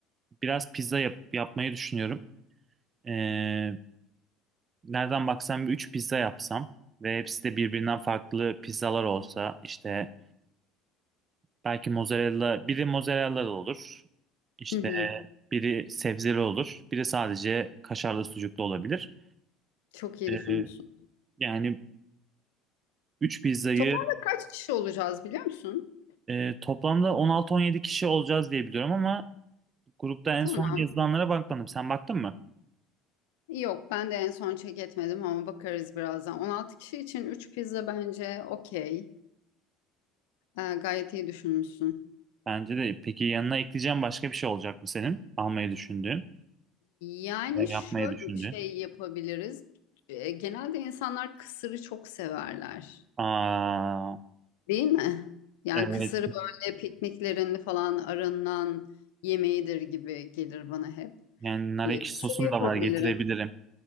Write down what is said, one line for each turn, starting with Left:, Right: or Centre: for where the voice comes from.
Right: biraz pizza yap- yapmayı düşünüyorum. Ee, nereden baksam bir 3 pizza yapsam ve hepsi de birbirinden farklı pizzalar olsa işte belki mozzarella, biri mozzarella olur. İşte
Left: Hı hı.
Right: biri sebzeli olur, biri sadece kaşarlı sucuklu olabilir.
Left: Çok iyi düşünmüşsün.
Right: Ee, yani 3 pizzayı
Left: Toplamda kaç kişi olacağız biliyor musun?
Right: e, toplamda on altı on yedi kişi olacağız diye biliyorum ama grupta en
Left: Tamam.
Right: son yazılanlara bakmadım. Sen baktın mı?
Left: Yok ben de en son check etmedim ama bakarız birazdan. 16 kişi için 3 pizza bence okey. Ee, gayet iyi düşünmüşsün.
Right: Bence de. Peki yanına ekleyeceğim başka bir şey olacak mı senin? Almayı düşündüğün,
Left: Yani
Right: veya
Left: şöyle
Right: yapmayı düşündüğün.
Left: bir şey yapabiliriz. Ee, genelde insanlar kısırı çok severler.
Right: Aa,
Left: Değil mi? Yani
Right: evet.
Left: kısırı böyle pikniklerin falan arınan yemeğidir gibi gelir bana hep.
Right: Yani nar
Left: Böyle
Right: ekşi
Left: Kısır
Right: sosum
Left: yapabilirim.
Right: da var getirebilirim.